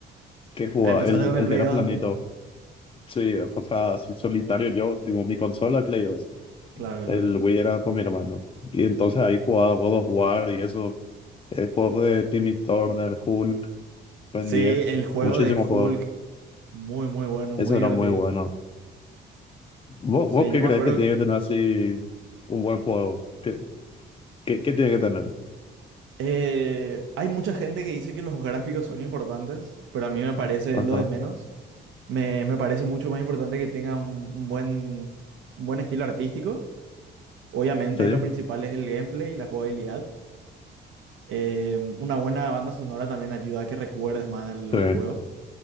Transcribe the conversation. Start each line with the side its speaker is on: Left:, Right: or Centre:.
Left: Que jugaba,
Right: Empezaste
Left: el,
Right: con
Left: el
Right: el Play
Left: que era
Right: 2
Left: planito.
Right: entonces.
Left: Sí, o sea, así solitario yo, tipo mi consola, el Play 2.
Right: Claro,
Left: El
Right: claro.
Left: Wii era con mi hermano. Y entonces ahí jugaba God of War y eso. El juego de Timmy Turner, Hulk, Ben
Right: Sí,
Left: 10,
Right: el juego
Left: muchísimos
Right: de
Left: juegos.
Right: Hulk, muy, muy bueno,
Left: Eso
Right: muy
Left: era
Right: divertido.
Left: muy bueno. ¿Vos,
Right: Sí,
Left: vos qué
Right: yo me
Left: crees
Right: acuerdo
Left: que tiene
Right: que
Left: que tener así un buen juego? ¿Qué, qué, qué tiene que tener?
Right: Eh, hay mucha gente que dice que los gráficos son importantes, pero a mí me parece
Left: Ajá,
Right: lo de menos. Me, me parece mucho más importante que tenga un, un buen, un buen estilo artístico. Obviamente
Left: sí,
Right: lo principal es el gameplay y la jugabilidad. Eh, una buena banda sonora también ayuda a que recuerdes más el,
Left: sí,
Right: el juego